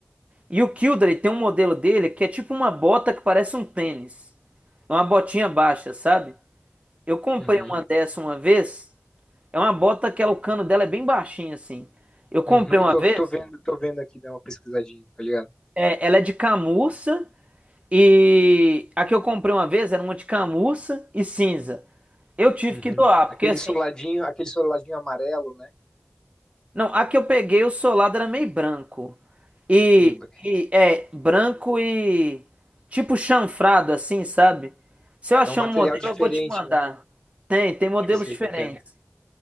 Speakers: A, on the right; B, on the left.
A: E o Kildare tem um modelo dele que é tipo uma bota que parece um tênis. É uma botinha baixa, sabe? Eu comprei
B: Uhum.
A: uma dessa uma vez. É uma bota que ela, o cano dela é bem baixinho assim. Eu comprei
B: Uhum.
A: uma
B: Tô,
A: vez,
B: tô vendo, tô vendo aqui, dá uma pesquisadinha, tá ligado?
A: é, ela é de camurça e a que eu comprei uma vez era uma de camurça e cinza. Eu tive
B: Uhum.
A: que doar, porque
B: Aquele
A: assim,
B: soladinho, aquele soladinho amarelo, né?
A: Não, a que eu peguei, o solado era meio branco. E,
B: Meio,
A: e, é branco
B: Uhum.
A: e tipo chanfrado, assim, sabe? Se eu achar
B: É um material
A: um modelo,
B: diferente,
A: eu vou te mandar.
B: né?
A: Tem, tem modelos
B: Acho que eu sei
A: diferentes.
B: qual que é.